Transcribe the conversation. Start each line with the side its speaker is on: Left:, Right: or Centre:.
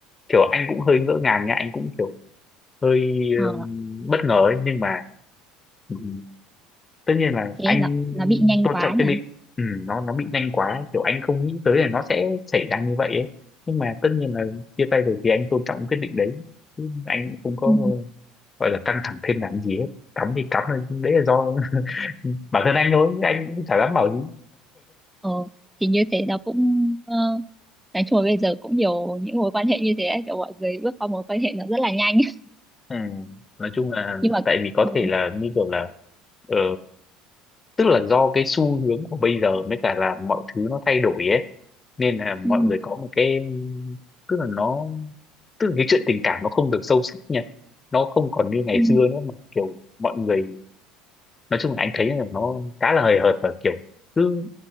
Left: kiểu anh cũng hơi ngỡ ngàng nha anh cũng kiểu hơi
Centre: ờ,
Left: ừm, bất ngờ ấy nhưng mà ừm, tất nhiên là
Centre: thế
Left: anh
Centre: nó nó bị nhanh
Left: tôn
Centre: quá
Left: trọng cái
Centre: nhỉ?
Left: định ừ, nó nó bị nhanh quá ấy. kiểu anh không nghĩ tới là nó sẽ xảy ra như vậy ấy nhưng mà tất nhiên là chia tay rồi thì anh tôn trọng quyết định đấy Chứ anh cũng không
Centre: Ừ.
Left: có gọi là căng thẳng thêm làm gì hết cắm thì cắm thôi đấy là do Ừ, bản thân anh thôi chứ anh cũng chả dám bảo gì
Centre: Ờ, thì như thế nó cũng ờ, nói chung là bây giờ cũng nhiều những mối quan hệ như thế ấy, kiểu mọi người bước qua mối quan hệ nó rất là nhanh <laughs>
Left: ừ. nói chung là
Centre: nhưng mà
Left: tại vì có
Centre: ừ,
Left: thể là như kiểu là ờ, tức là do cái xu hướng của bây giờ mới cả là mọi thứ nó thay đổi ấy nên là mọi
Centre: Ừ.
Left: người có một cái tức là nó tức là cái chuyện tình cảm nó không được sâu sắc nha nó không còn như ngày
Centre: Ừ.
Left: xưa nữa mà kiểu mọi người nói chung là anh thấy là nó khá là hời hợt và kiểu cứ